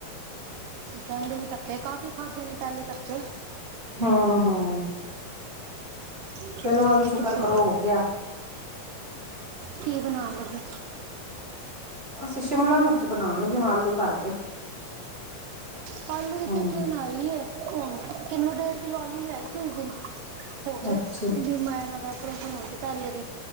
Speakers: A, on the right; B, on the right.
A: ਜਾਂਦੇ ਵੀ ਧਕੇ, ਕਾਫੀ ਖਾਦੇ ਨੇ, ਪਹਿਲੇ ਧਕੇ
B: ਹਾਂ- ਹਾਂ-
A: ਹਾਂ
B: ਚਲੋ ਇਹ ਵੀ ਸ਼ੁਕਰ
A: ਤੁਸੀ
B: ਕਰੋ ਹੋ ਗਿਆ
A: ਕੀ, ਬਣਾਉਣ ਲਗੇ?
B: ਅਸੀ, ਸ਼ਿਮਲਾ ਮਿਰਚ ਤੇ ਬਣਾਣ, ਲੱਗੀ ਆਲੂ ਭਰ ਕੇ
A: ਪੰਜ ਮਿੰਟ
B: ਹੂੰ
A: ਵਿੱਚ, ਈ ਬਣਾ ਲਈਂ ਏ ਵੇਖੋ ਕਿਲੋ ਡੇਢ ਕਿਲੋ ਆਲੂ, ਲਿਆਏ ਸੀ ਉਸ ਦਿਨ ਪੋਜਲ
B: ਅੱਛਾ
A: ਦੀ ਮਾ ਦਾ, ਓਪਰੇਸ਼ਨ ਹੋਣ ਤੋ ਪਹਿਲੇ ਦੇ,